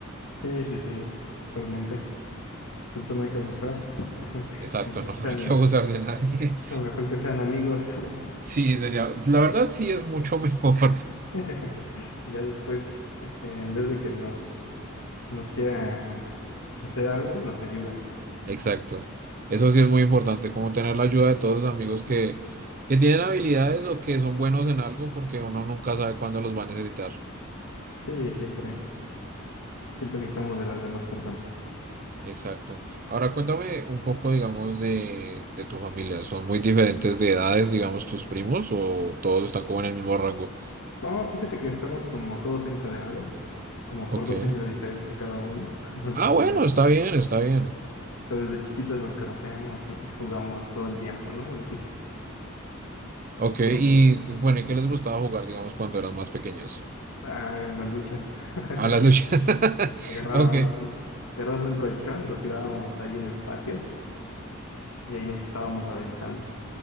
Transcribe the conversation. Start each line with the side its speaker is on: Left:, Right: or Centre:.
Left: Sí, sí, sí, totalmente. Por eso no hay que abusar. <laughs>
Right: Exacto,
Left: Mejor
Right: <laughs> no,
Left: que sean,
Right: no hay que abusar de nadie.
Left: <laughs> mejor que sean amigos.
Right: Sí, sería, la verdad sí es mucho <laughs> mejor.
Left: <laughs> Ya después, eh, en vez de que nos, nos quiera hacer algo, nos ayuda.
Right: Exacto. Eso sí es muy importante, como tener la ayuda de todos los amigos que, que tienen habilidades o que son buenos en algo, porque uno nunca sabe cuándo los va a necesitar.
Left: Sí, siempre, siempre necesitamos de las demás personas.
Right: Exacto. Ahora cuéntame un poco, digamos, de, de tu familia. ¿Son muy diferentes de edades, digamos, tus primos o todos están como en el mismo rango?
Left: No, fíjate que estamos como todos encadenados, como
Right: Ok.
Left: por dos años de diferencia cada uno. <laughs>
Right: Ah, bueno,
Left: O sea.
Right: está bien, está bien.
Left: Entonces, desde chiquitos nos conocemos y jugamos todo el tiempo, ¿no? Así que,
Right: Ok,
Left: pero
Right: y bueno, ¿y qué les gustaba jugar, digamos, cuando eran más pequeños?
Left: hagan las luchas. <laughs>
Right: A las luchas. <laughs>
Left: Agarrábamos
Right: Ok.
Left: un, agarrábamos un colchón, lo tirábamos ahí en el patio y ahí nos estábamos aventando.